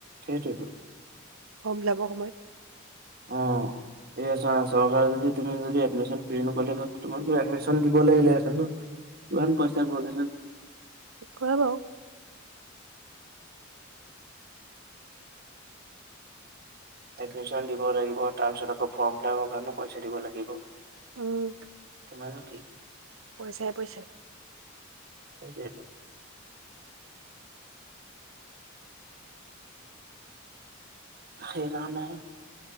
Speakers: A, on the right; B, on the right.
A: সেইটোৱেইতো।
B: হ'ম যাবৰ সময়ত।
A: অ'। এয়া চোৱা চৰকাৰে যদি তুমি যদি এডমিচন ফ্ৰী নাপালে নহয় তোমাক এডমিচন দিব লাগিলেহেঁতেন ন'? কিমান পইচা ভৰিলেহেঁতেন।
B: এককোৱে বাৰু।
A: এডমিশন দিব লাগিব, তাৰপিছত আকৌ ফৰ্ম ফিলাপৰ কাৰণে পইচা দিব লাগিব।
B: উম।
A: উ, মান কি?
B: পইচাই পইচা।
A: পইচা প সেইকাৰণেহে।